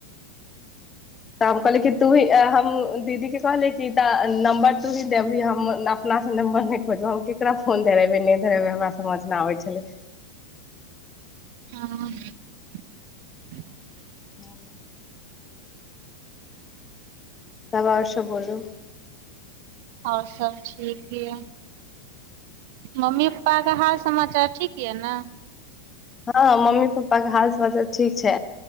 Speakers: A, on the left; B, on the right.
A: तऽ हम कहलिय कि तूही हम दीदी के कहलिय कि तऽ नम्बर तोही देबही हम अपनासँ नम्बर नहि खोजब हम केकरा फोन धरेबे नहि धरेबे हमरा समझ नहि आबै छलै
B: <unintelligible>
A: <inaudible> तबा आओर सब बोलू
B: आओर सब ठीक यऽ मम्मी पप्पा का हाल समाचार ठीक य ने
A: हँ मम्मी पप्पा के हालस हाल ठीक छै